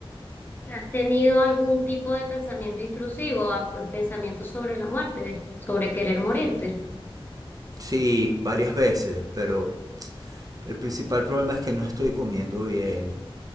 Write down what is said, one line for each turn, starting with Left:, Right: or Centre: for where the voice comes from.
Left: ¿has tenido algún tipo de pensamiento intrusivo, a- pensamiento sobre la muerte, sobre querer morirte?
Right: Sí, varias veces, pero el principal problema es que no estoy comiendo bien.